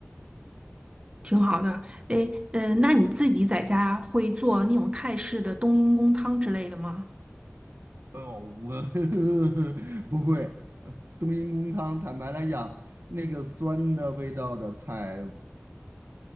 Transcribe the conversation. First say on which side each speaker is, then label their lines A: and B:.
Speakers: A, on the right; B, on the right.
A: 挺好的。诶，嗯，那你自己在家会做那种泰式的冬阴功汤之类的吗？
B: 哦，我 <laughs> 不会，冬阴功汤，坦白来讲，那个酸的味道的菜，